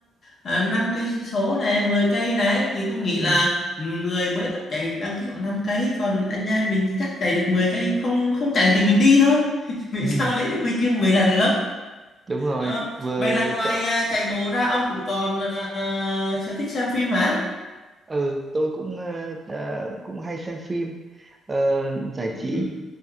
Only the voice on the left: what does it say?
à, 5 cây số này 10 cây này thì tôi nghĩ
là người mới tập chạy đăng ký khoảng 5 cây còn anh em mình chắc chạy được mười cây không không chạy thì mình đi thôi <laughs> mình
sao lấy được huy chương về là được
Ờ,
vậy là ngoài
à, chạy bộ ra ông cũng còn à, sở thích xem phim hả?
Ừ.